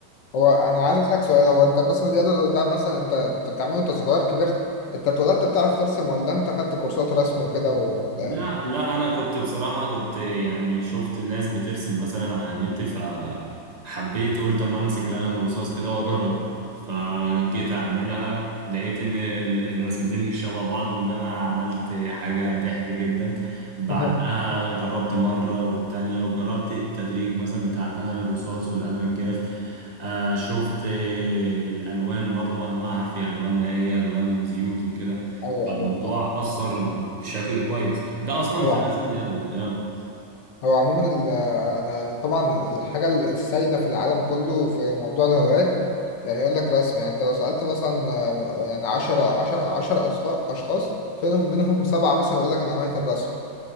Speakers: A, on the left; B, on the right.
A: هو انا عايز اسالك سؤال هو انت الرسم الجدول ده مثلا انت كنت بتعمله وانت صغير كبرت انت اتولدت بتعرف ترسم ولا انت خدت كورسات رسم وكده و...
B: لا
A: لا.
B: لا انا كنت بصراحة كنت يعني شفت ناس بترسم مثلا على النت فحبيت قلت اما امسك القلم الرصاص كده واجرب فجيت اعملها لقيت ان ال- الرسمتين مش شبه بعض وان انا عملت حاجة ضحك جدا بعدها
A: <laughs>
B: جربت مرة والتانية وجربت التدريج مثلا بتاع القلم الرصاص والقلم الجاف آه شفت آه، الالوان برضو انواعها في الوان مائية الوان وزيوت وكده
A: ايوه
B: الموضوع
A: ايوه فاهم
B: أثر بشكل كويس ده أصلا
A: هو
B: في
A: عموما
B: الرسم اليدوي اه
A: هو عموما ال... انا طبعا الحاجه السائده في العالم كله في موضوع الهوايات يعني يقول لك رسم يعني انت لو سالت مثلا آه، يعني 10 10 10 اشخاص فيهم منهم سبعه مثلا يقول لك انا هوايه الرسم